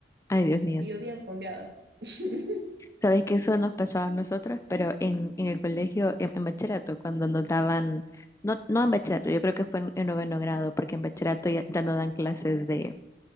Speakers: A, on the left; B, on the right.
A: Ay, Dios mío.
B: Y yo bien fondeada. <laughs>
A: Sabes que eso nos pasaba a nosotras, pero en, en el colegio, en, en bachillerato, cuando nos daban, no, no en bachillerato, yo creo que fue en, en noveno grado, porque en bachillerato ya, ya no dan clases de,